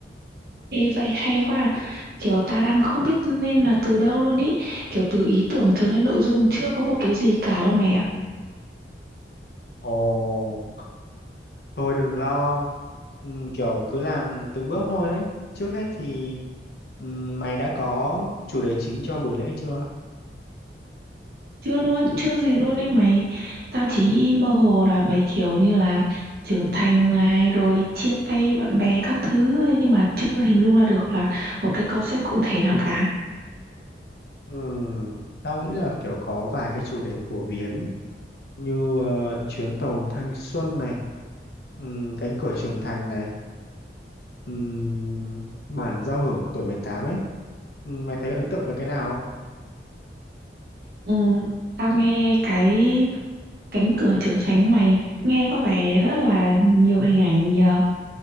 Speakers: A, on the right (about 60°); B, on the left (about 65°).
A: Ê vậy hay quá, à. kiểu ta đang không biết nên là từ đâu luôn ý, kiểu từ ý tưởng cho đến nội dung chưa có một cái gì cả luôn mày ạ.
B: Ồ, thôi đừng lo. Ừm, kiểu cứ làm từng bước thôi ấy. Trước hết thì ừm, mày đã có chủ đề chính cho buổi lễ chưa?
A: Chưa luôn, chưa gì luôn ấy mày. Tao chỉ nghĩ mơ hồ là mấy kiểu như là trưởng thành này rồi chia tay bạn bè các thứ ấy, nhưng mà chưa hình dung ra được là một cái concept cụ thể nào cả.
B: Ừm, tao nghĩ là kiểu có vài cái chủ đề phổ biến như ờ, chuyến tàu thanh xuân này, ừm, cánh cửa trưởng thành này. Ừm, bản giao hưởng tuổi 18 ấy Ừm, mày thấy ấn tượng với cái nào không?
A: Ừ, tao nghe cái cánh cửa trưởng thành này nghe có vẻ rất là nhiều hình ảnh nhờ.